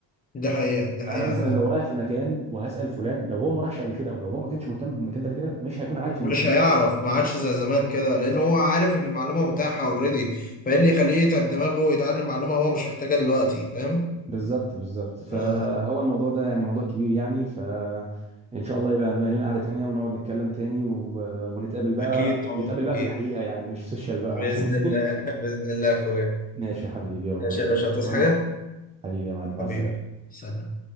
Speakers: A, on the left; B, on the right.
A: دي حقيقة دي حقيقة
B: فانا مثلا
A: فعلا
B: لو رايح في مكان وهسال فلان لو هو ما راحش قبل كده او لو هو ما كانش مهتم بالمكان ده قبل كده مش هيكون عارف
A: مش
B: المكان
A: هيعرف ما عادش زي زمان كده لان هو عارف ان المعلومه متاحه اوريدي فايه اللي يخليه يتعب دماغه ويتعلم معلومه هو مش محتاجها دلوقتي فاهم
B: بالظبط بالظبط فهو
A: اه
B: الموضوع ده يعني موضوع كبير يعني فإن شاء الله يبقى لنا قعدة تانية ونقعد نتكلم تاني و... ونتقابل بقى
A: اكيد طبعا
B: نتقابل بقى
A: اكيد
B: في الحقيقة يعني مش سوشيال بقى
A: باذن
B: عشان
A: الله <laughs> باذن الله يا اخويا
B: <laughs> ماشي يا حبيبي والله
A: ماشي
B: تمام
A: يا باشا تصحى
B: تمام
A: حاجه
B: يا <laughs> حبيبي حبيبي يا معلم مع
A: حبيبي
B: السلامة
A: سلام